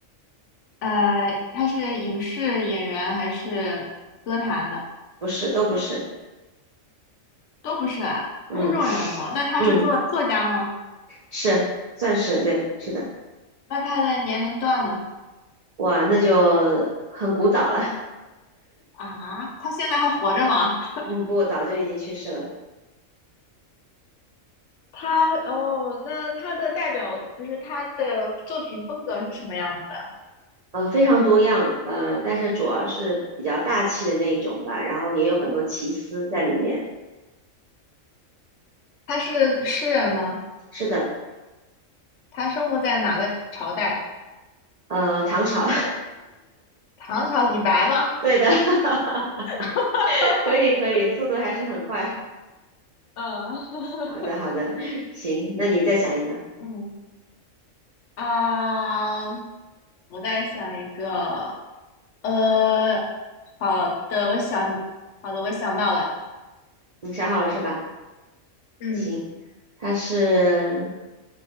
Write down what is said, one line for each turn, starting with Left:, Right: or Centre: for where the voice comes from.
Left: 呃，他是影视演员还是歌坛的？
Right: 不是，都不是，
Left: 都不是啊，
Right: 嗯
Left: 公众人物。那他是作作家吗？
Right: 嗯，是，算是，对，是的，
Left: 那他的年龄段呢？
Right: 哇，那就很古早了，
Left: 啊，他现在还活着吗？<laughs>
Right: 嗯，不，早就已经去世了，
Left: 他哦，那他的代表不是他的作品风格是什么样子的？
Right: 呃，非常多样，呃，但是主要是比较大气的那一种吧，然后也有很多奇思在里面，
Left: 他是诗人吗？
Right: 是的，
Left: 他生活在哪个朝代？
Right: 呃，唐朝，
Left: 唐朝李白吗？
Right: <laughs> 对的，<laughs>
Left: <laughs>
Right: 可以可以，速度还是很快，
Left: 嗯，
Right: 好的好的，行，那你再想一个，
Left: 嗯啊，我在想一个，呃，好的，我想，好的，我想到了，
Right: 你想好了是吧？
Left: 嗯，
Right: 行，他是，